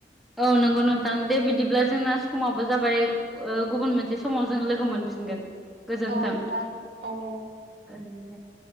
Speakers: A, in the centre; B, on the right.
A: औ नंगौ नोंथां दे बिदिब्ला जोंना समाबो जाबाय ओह गुबुन मोनसे समाव जों लोगो मोनफिनगोन गोजोन्थों
B: औ नोंथां औ